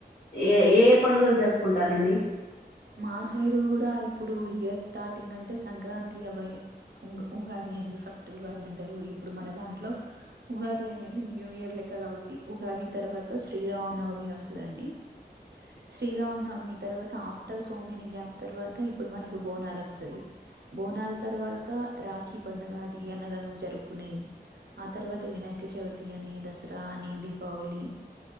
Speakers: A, on the left (about 50°); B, on the right (about 75°).
A: ఏ ఏ పండుగలు జరుపుకుంటారండి
B: మా సైడు కూడా ఇప్పుడు ఇయర్ స్టార్టింగ్ అంటే సంక్రాంతి, అ ఉగాది అండి ఫస్ట్ ఉగాది అంటారు, ఇప్పుడు మన దాంట్లో ఉగాది అనేది న్యూ ఇయర్ లెక్క కాబట్టి, ఉగాది తర్వాత శ్రీరామనవమి వస్తుందండి, శ్రీరామనవమి తర్వాత ఆఫ్ర్ అర్ సోమిని గ్యాప్ తర్వాత ఇప్పుడు మనకు బోనాలు వస్తాయి, బోనాల తర్వాత రాఖీ పండుగ అది అన్నదమ్ములు జరుపుకునేది, ఆ తర్వాత వినాయక చవితి అని దసరా అని దీపావళి,